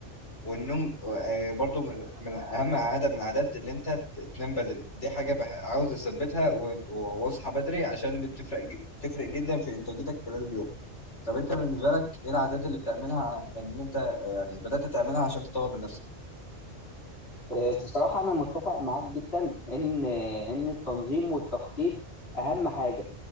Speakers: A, on the left; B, on the left.
A: والنوم آه، برضو من من اهم عاده من العادات ان انت ت- تنام بدري دي حاجه بح... عاوز اثبتها و- واصحى بدري عشان دي بتفرق ج- بتفرق جدا في انتاجيتك خلال اليوم طب انت بالنسبه لك ايه العادات اللي بتعملها ان انت يعني بدات تعملها عشان تطور من نفسك
B: آه بصراحه انا متفق معاك جدا ان ان التنظيم والتخطيط اهم حاجه